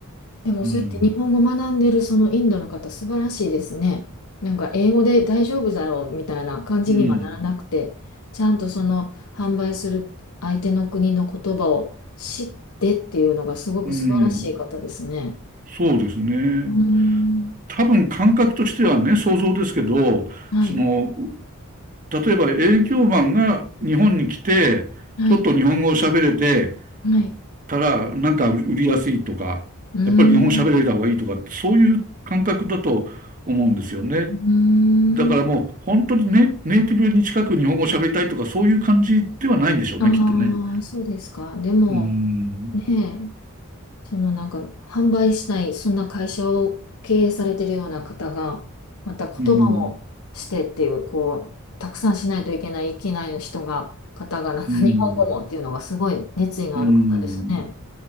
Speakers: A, on the left; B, on the right.
A: でもそうやって日本語学んでるそのインドの方、
B: うん、
A: 素晴らしいですね。なんか英語で大丈夫だろうみたいな感じにはならなくて、
B: うん、
A: ちゃんとその販売する相手の国の言葉を知ってっていうのがすごく素晴らしい方ですね。
B: うん、そうですね。
A: うーん、
B: 多分感覚としてはね、想像ですけど、
A: はい、
B: その、例えば営業マンが日本に来て、
A: はい、
B: ちょっと日本語を喋れて
A: はい。
B: たら、なんか売りやすいとか、
A: うー
B: やっぱり日本語喋れた方がいいとかって、
A: ん、う
B: そういう感覚だと思うんですよね。
A: ーん、
B: だからもう本当にネネイティブに近く日本語を喋りたいとかそういう感じではないんでしょうね、
A: ああ、
B: きっとね。
A: そうですか。でも、
B: うーん。
A: ねえそのなんか販売しない、そんな会社を経営されてるような方が、また言葉もしてっていう、
B: うん。
A: こう、たくさんしないといけない、いけない人が、方が、なんか
B: うん。
A: <laughs> 日本語もっていうのがすごい熱意のある方ですね。
B: うん。